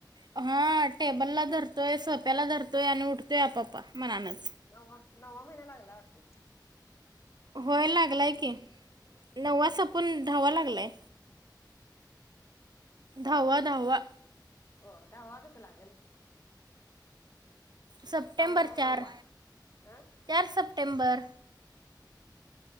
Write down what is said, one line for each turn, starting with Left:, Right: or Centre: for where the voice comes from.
Right: हा. टेबलला धरतोय. सोफ्याला धरतोय आणि उठतोय आपप्पा मनानच.
Left: नववा. नववा महिना लागलाय वाटत की.
Right: होय. लागलाय की. नववा संपून धाववा लागलाय. धाव्वा धाव्वा.
Left: ओ दहावा कसा लागलं?
Right: सप्टेंबर
Left: नऊवा आहे
Right: चार
Left: नऊवा. अं.
Right: चार सप्टेंबर.